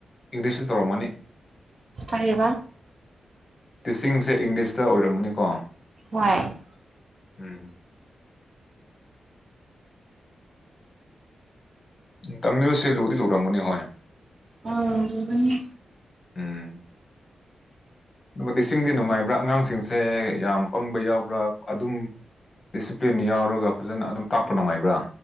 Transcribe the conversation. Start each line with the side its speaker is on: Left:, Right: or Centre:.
Left: ꯏꯪꯂꯤꯁꯇ ꯇꯧꯔꯝꯃꯅꯤ
Right: ꯀꯔꯤꯕ
Left: ꯇꯤꯆꯤꯡꯁꯦ ꯏꯪꯂꯤꯁꯇ ꯑꯣꯏꯔꯝꯃꯅꯤꯀꯣ
Right: ꯍꯣꯏ
Left: ꯎꯝ ꯎꯝ ꯇꯥꯃꯤꯜꯁꯦ ꯂꯨꯗꯤ ꯂꯨꯔꯝꯒꯅꯤ ꯍꯣꯏ
Right: ꯑ ꯂꯨꯕꯅꯦ
Left: ꯎꯝ ꯑꯗꯨꯒ ꯇꯤꯆꯤꯡꯗꯤ ꯅꯨꯡꯉꯥꯏꯕ꯭ꯔꯥ ꯑꯉꯥꯡꯁꯤꯡꯁꯦ ꯌꯥꯝ ꯄꯪꯕ ꯌꯥꯎꯕ꯭ꯔꯥ ꯑꯗꯨꯝ ꯗꯤꯁꯤꯄ꯭ꯂꯤꯟ ꯌꯥꯎꯔꯒ ꯐꯖꯅ ꯑꯗꯨꯝ ꯇꯥꯛꯄ ꯅꯨꯡꯉꯥꯏꯕ꯭ꯔꯥ